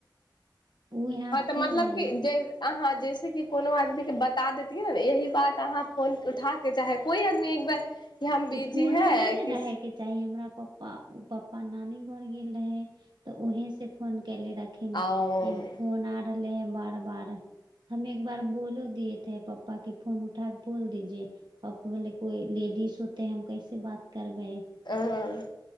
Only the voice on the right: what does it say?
वो यहाँ
थे
नहीं
तऽ फोनो
नै ने
रहयके चाही हमरा पप्पा प पप्पा नानी घर गेल रहेै तऽ उहें से फोन केेले रहथिन
कि- फोन आ रहले है बार- बार हम एक बार बोलो दएथे पप्पा के फोन उठाके बोल दीजिए। पाप बोले कोइ लेडीज होतेै हम कैसे बात करबेै।